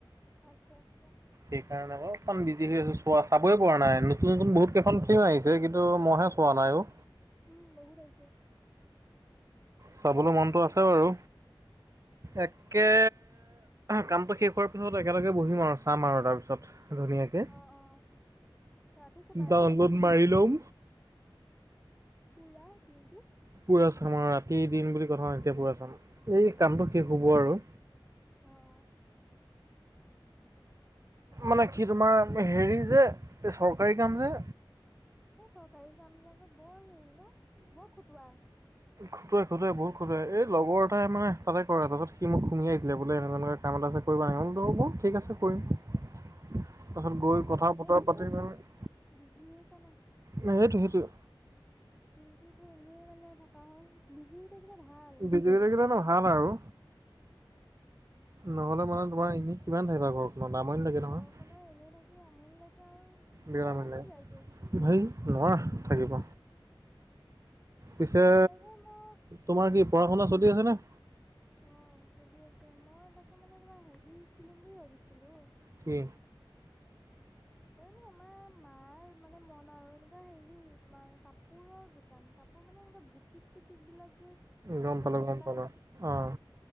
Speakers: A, in the centre; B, on the right.
A: আচ্ছা, আচ্ছা।
B: সেইকাৰণে অলপমান বিজি হৈ আছোঁ। চোৱা চাবই পোৱা নাই। নতুন নতুন বহুত কেইখন ফিল্ম আহিছে কিন্তু মইহে চাব পোৱা নাই অ '।
A: উম। বহুত আহিছে।
B: চাবলো মনটো
A: ফিল্ম বিলাক
B: আছে বাৰু। একে কামটো শেষ হোৱাৰ পিছত একেলগে বহিম আৰু চাম আৰু তাৰপিছত। ধুনীয়াকে
A: অ অ ৰাতি চাবা ৰাতি
B: ডাউনলোড মাৰি লম।
A: পুৰা দিনটো
B: পুৰা চাম আৰু ৰাতি দিন বুলি কথা নাই, তেতিয়া পুৰা চাম। এই কামটো শেষ হ'ব আৰু।
A: অঁ
B: মানে কি তোমাৰ হেৰি যে এই চৰ কাৰী কাম যে
A: এই চৰকাৰী কাম বিলাকত বৰ হেৰি ন'? বৰ খুটুৱাই।
B: খুটুৱাই, খুটুৱাই বহুত খুটুৱাই। এই লগৰ এটাই মানে তাতে কৰে। তাৰপিছত সি মোক শুমিয়াই দিলে বোলে এনেকুৱা তেনেকুৱা কাম এটা আছে কৰিবা নেকি? মই বোলো হ'ব ঠিক আছে কৰিম। তাৰপাছত
A: নাই
B: গৈ কথা
A: ভালেই
B: -বতৰা
A: হৈছে
B: পাতি মেলি
A: বিজি হৈ আছা ন'?
B: সেইটো, সেইটোৱে।
A: দিনটোতো এনেই মানে থকা হয়। বিজি থাকিলে ভাল
B: বিজি হৈ থাকিলে মানে ভাল আৰু। নহ'লে মানে তোমাৰ এনেই কিমান থাকিবা ঘৰখনট আমনি লাগে নহয়।
A: সদায় এনেই থাকি আমনি লাগে আৰু কিবা
B: বেয়া মানে,
A: লাগি যায়গৈ।
B: ধেই নোৱাৰা থাকিব। পিছে
A: তাকে মই
B: তোমাৰ কি পঢ়া -শুনা চলি আছেনে?
A: অঁ, চলি আছে। মই তাকে মানে তোমাৰ হেৰি খুলিম বুলি ভাবিছিলোঁ।
B: কি?
A: <unintelligible> মাৰ মানে মন আৰু এনেকুৱা হেৰি তোমাৰ কাপোৰৰ দোকান। কাপোৰ মানে এনেুৱা বুটিক -চুটিক বিলাক যে চাদৰ
B: গম পালো,
A: মেখেলা
B: গম পালোঁ। অঁ,